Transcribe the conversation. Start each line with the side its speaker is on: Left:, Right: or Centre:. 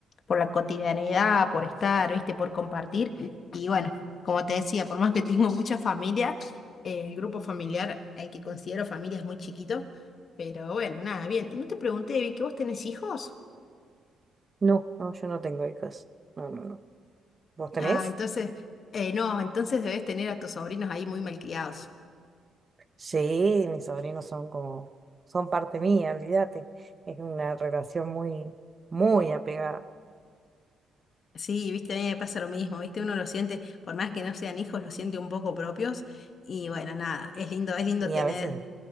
Left: por la cotidianidad, por estar, viste, por compartir. Y bueno, como te decía, por más que tengo <laughs> mucha familia, eh, el grupo familiar, el que considero familia, es muy chiquito. Pero bueno, nada, bien. Y no te pregunté, vi que ¿vos tenés hijos?
Right: No, no, yo no tengo hijos. No, no, no. ¿Vos tenés?
Left: Ah, entonces, eh, no, entonces debes tener a tus sobrinos ahí muy malcriados.
Right: Sí, mis sobrinos son como, son parte mía, olvídate. Es una relación muy, muy apegada.
Left: Sí, viste, a mí me pasa lo mismo, viste, uno lo siente, por más que no sean hijos, lo siente un poco propios y bueno, nada, es lindo, es lindo
Right: Y
Left: tener,
Right: a veces,